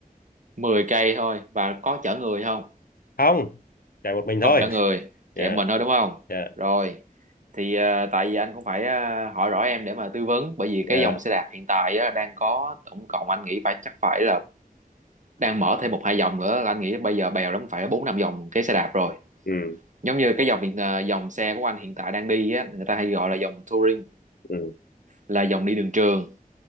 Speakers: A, on the right; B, on the left.
A: 10 cây thôi và có chở người không
B: không chạy một mình
A: không
B: thôi
A: chở người
B: dạ
A: chạy mình thôi đúng không
B: dạ
A: rồi thì ờ, tại vì anh cũng phải ờ, hỏi rõ em để mà tư vấn bởi vì
B: dạ
A: cái dòng xe đạp hiện tại á, đang có tổng cộng anh nghĩ phải chắc phải là đang mở thêm một hai dòng nữa là anh nghĩ bây giờ bèo lắm phải bốn năm dòng cái xe đạp rồi
B: ừ
A: giống như cái dòng hiện à, dòng xe của anh hiện tại đang đi á người ta hay gọi là dòng touring
B: ừ
A: là dòng đi đường trường